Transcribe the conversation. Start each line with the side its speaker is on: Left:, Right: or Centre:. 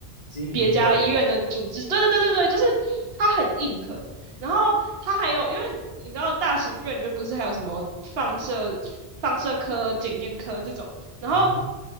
Left: 经营类的，
Right: 别家医院的组织？对对对对对，就是它很硬核。然后它还有，因为你知道大型医院里面不是还有什么放射放射科、检验科这种然后，
Left: 嗯哼，